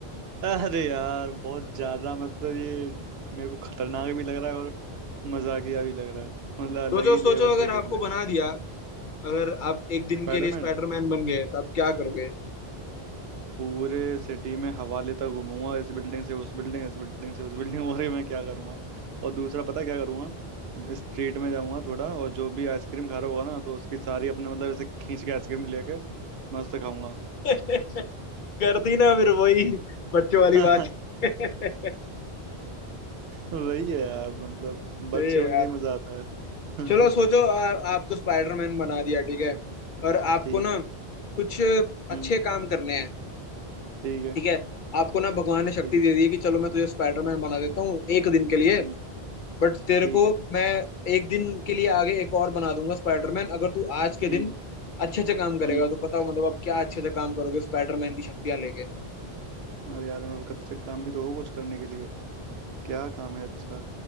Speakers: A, on the right; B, on the left.
A: अरे यार बहुत ज्यादा मतलब ये मेरे को खतरनाक भी लग रहा है और मजाकिया भी लग रहा है मतलब अलग
B: सोचो
A: ही
B: सोचो
A: लेवल
B: अगर
A: पे
B: आपको
A: खेल रहे
B: बना
A: हो
B: दिया अगर आप एक दिन
A: स्पाइडरमैन
B: के लिए स्पाइडरमैन बन गए तो आप क्या करोगे
A: पूरे सिटी में हवा लेता घूमूंगा इस बिल्डिंग से उस बिल्डिंग इस बिल्डिंग से उस बिल्डिंग और ये मैं क्या करूंगा और दूसरा पता क्या करूंगा स्ट्रीट में जाऊंगा थोड़ा और जो भी आइसक्रीम खा रहा होगा ना तो उसकी सारी अपने मतलब ऐसे खींच के आइसक्रीम लेके मस्त खाऊंगा
B: <laughs> कर दी ना फिर वही बच्चों वाली
A: <laughs>
B: बात <laughs> सही
A: वही है यार मतलब बच्चे
B: है
A: बन
B: यार
A: के ही मजा आता <laughs>
B: चलो सोचो आ, आपको स्पाइडरमैन बना दिया ठीक है और आपको
A: ठीक
B: ना
A: है
B: कुछ
A: हम्म
B: अच्छे काम करने हैं
A: ठीक है
B: ठीक है आपको ना भगवान ने शक्ति
A: ठीक है
B: दे दी है कि चलो मैं तुझे स्पाइडरमैन बना देता हूँ एक दिन के लिए
A: हम्म
B: बट तेरे
A: ठीक
B: को
A: है
B: मैं एक दिन के लिए आगे एक और बना दूंगा स्पाइडरमैन अगर तू आज के
A: हम्म
B: दिन अच्छे अच्छे काम करेगा
A: हम्म
B: तो पता हो मतलब आप क्या अच्छे अच्छे काम करोगे स्पाइडरमैन की शक्तियां लेके
A: अरे यार मैं कब से काम भी तो हो कुछ करने के लिए क्या काम है अच्छा